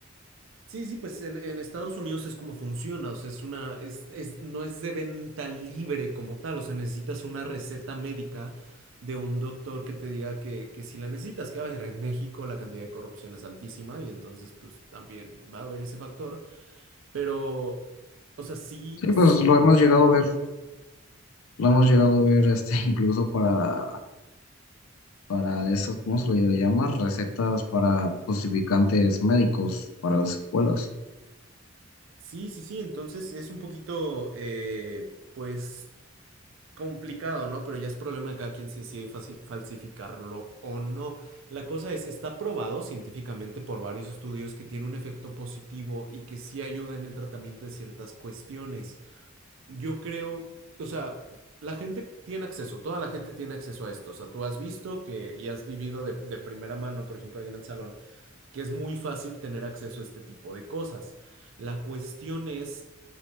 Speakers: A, on the right (about 65°); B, on the left (about 85°).
A: Sí, sí, pues en, en Estados Unidos es como funciona, o sea, es una, es, es- no es de venta libre como tal, o sea, necesitas una receta médica de un doctor que te diga que, que si la necesitas, que a ver, en México la cantidad de corrupción es altísima y entonces pues también va a haber ese factor, pero, o sea, sí,
B: Sí,
A: sí,
B: pues lo hemos llegado a ver, lo hemos llegado a ver este <laughs> incluso para para de esas, ¿cómo se le llama? Recetas para justificantes médicos para las escuelas.
A: sí, sí, sí, entonces es un poquito, eh, pues... complicado, ¿no? Pero ya es problema de cada quien si decide fasi- falsificarlo o no. La cosa es, está probado científicamente por varios estudios que tiene un efecto positivo y que sí ayuda en el tratamiento de ciertas cuestiones. Yo creo, o sea, la gente tiene acceso, toda la gente tiene acceso a esto. O sea, tú has visto que y has vivido de, de primera mano, por ejemplo, ahí en el salón que es muy fácil tener acceso a este tipo de cosas. La cuestión es